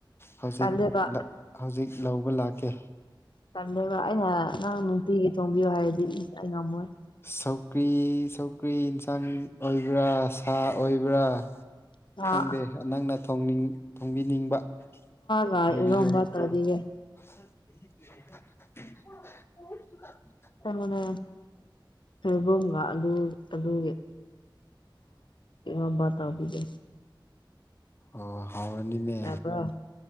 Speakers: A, on the left; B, on the left.
A: ꯍꯧꯖꯤꯛ
B: ꯇꯜꯂꯦꯕ
A: ꯍꯧꯖꯤꯛ ꯂꯧꯕ ꯂꯥꯛꯀꯦ
B: ꯇꯝꯖꯕ ꯑꯩꯅ ꯅꯪ ꯅꯨꯡꯇꯤꯒꯤ ꯊꯣꯡꯕꯤꯌꯨ ꯍꯥꯏꯔꯗꯤ ꯑꯩ ꯉꯝꯃꯣꯏ
A: ꯁꯧꯀ꯭ꯔꯤ ꯁꯧꯀ꯭ꯔꯤ ꯏꯟꯁꯥꯡ ꯑꯣꯏꯕ꯭ꯔꯥ ꯁꯥ ꯑꯣꯏꯕ꯭ꯔꯥ
B: ꯁꯥ
A: ꯈꯪꯗꯦ ꯅꯪꯅꯅꯤꯡ ꯊꯣꯡꯕꯤꯅꯤꯡꯕ
B: ꯍ
A: ꯊꯣꯡꯕꯤꯌꯨ
B: ꯏꯝꯕ ꯇꯧꯔꯤꯦ
A: <inaudible>
B: ꯁ ꯃꯅ ꯁꯕꯒ ꯑꯗꯨ ꯑꯗꯨ ꯑꯕ ꯇꯥꯎꯕꯤꯗꯦ
A: ꯑꯣ ꯍꯥꯎꯅꯤꯅꯦ
B: ꯌꯥꯕ꯭ꯔꯣ